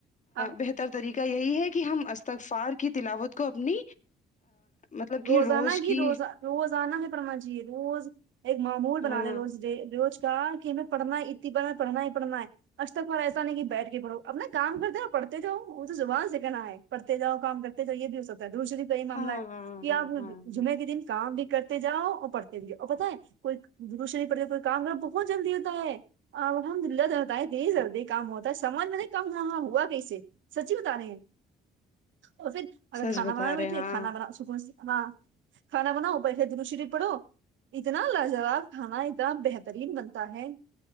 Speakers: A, on the right; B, on the left.
A: آ-
B: بہتر طریقے یہی ہے کہ ہم استغفار کی تلاوت کو اپنی مطلب کہ
A: روزانہ گ
B: کی
A: روز روزانہ ہے پڈهنا چائے روز ایک معمول بنا
B: ہاں
A: رہے روز روز کا کہ ہم پڑھنا ہے اتنی بار پڑھنا ہی پڑھنا ہے استقفار ایسا نہیں کہ بیٹھ کے پڑھو اپنا کام کرتے اور پڑھتے تھ وہ تو زبان سے کہنا ہے کرتے جاؤ کام کرتے جاؤ یہ بھی ہوتا ہے درودشریف
B: ہاں ہاں
A: کہ
B: ہاں
A: آپ نہ
B: ہاں
A: جمعے
B: ہاں
A: کے دن کام بھی کرتے جاؤ اور پڑتے اور پتا ہے کوئی درود شریف پڑتا کوئی کام کرو بہت جلدی ہوتا ہے آ الحمد للہ تو بتائیں دی جلدی کام ہوتا ہے سمج میں نہیں کام ہوا وہاں ہوا کییسے سچی بتا رہے ہیں اور پھر اگر
B: سچ
A: کھانا
B: بتا
A: بنانا بیٹھے
B: رہے ہاں
A: کھانا بنا صبح سے ہاں کھانا بناؤ بیٹھکے درود شریف پڑو اتنا لاجواب کھانا اتنا بہترین بنتا ہے